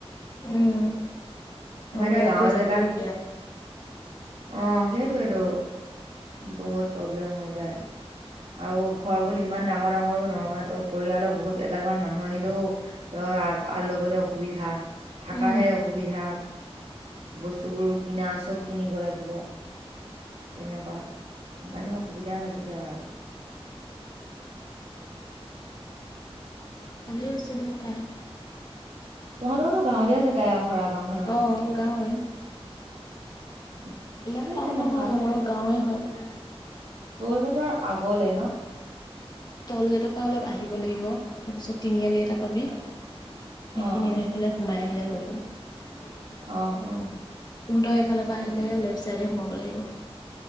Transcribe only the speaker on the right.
মই এতিয়া
গাঁৱত
যে।
অঁ সেইটোৱেটো বহুত প্ৰব্লেম হৈ যায়। আৰু ঘৰ বোৰ ইমান ডাঙৰ ডাঙৰো নহয় তো পৰিয়ালৰ বহুত এগালমান মানুহ আহিলেও- তই আলবলৈ অসুবিধা থাকাহে
অসুবিধা। বস্তুবোৰো কিনা চব কিনিব লাগিব। তেনেকুৱা। সেইকাৰণে অসুবিধা লাগি যায় আৰু।
তহঁতৰতোৰটো গাঁৱলীয়া জেগাই আৰু খৰা গাও খনৰ
উম।
সেইকাৰণে
ভাল
টোলগেটৰ আগলে ন?
অ অ
অ অ
তাকেতো